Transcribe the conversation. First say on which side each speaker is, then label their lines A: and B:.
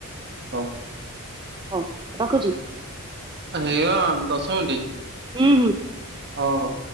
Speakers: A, on the right; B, on the right.
A: ହଉ।
B: ହଉ ରଖୁଚି।
A: ହେଇଗ ଦଶ ମିଣ୍ଟି।
B: ହୁଁ ହୁଁ।
A: ହଉ ହଉ।